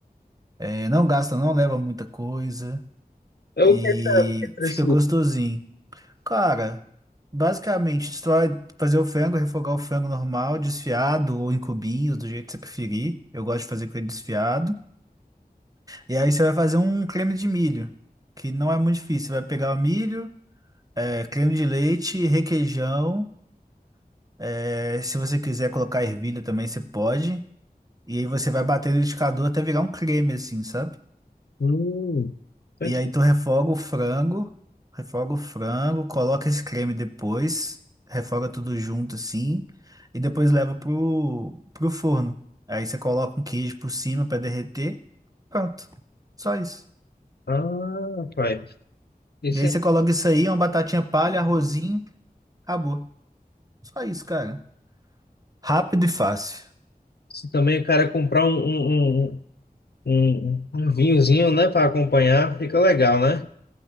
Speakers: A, on the right; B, on the left.
A: é, não gasta, não leva muita coisa
B: É
A: e
B: o que é que tá- que tá
A: fica
B: assim?
A: gostosinho. Cara, basicamente, você vai fazer o frango, refogar o frango normal, desfiado ou em cubinhos, do jeito que você preferir. Eu gosto de fazer com ele desfiado. E aí você vai fazer um creme de milho, que não é muito difícil. Você vai pegar o milho, é, creme de leite, requeijão. é, se você quiser colocar ervilha também, você pode. E aí você vai bater no liquidificador até virar um creme, assim, sabe?
B: Hum, tá
A: E aí tu refoga o frango, refoga o frango, coloca esse creme depois, refoga tudo junto, assim, e depois leva pro, pro forno. Aí você coloca um queijo por cima para derreter. Pronto. Só isso.
B: ah, rapaz. Isso,
A: E aí
B: é-
A: você coloca isso aí, uma batatinha palha, arrozinho, acabou. Só isso, cara. Rápido e fácil.
B: isso também o cara comprar um, um, um, um, um um vinhozinho, né, para acompanhar, fica legal, né?